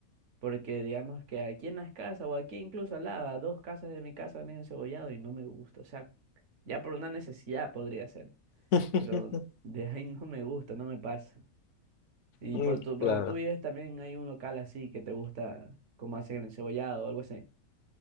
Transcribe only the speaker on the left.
<laughs>
Mm,
Claro.